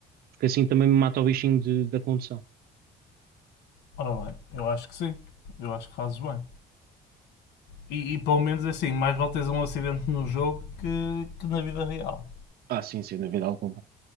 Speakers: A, on the right; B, on the left.
A: porque assim também me mata o bichinho de- da condução.
B: Ora bem, eu acho que sim. Eu acho que fazes bem. E, e pelo menos é assim, mais vale teres um acidente no jogo que, que na vida real.
A: Ah, sim, sem dúvida alguma.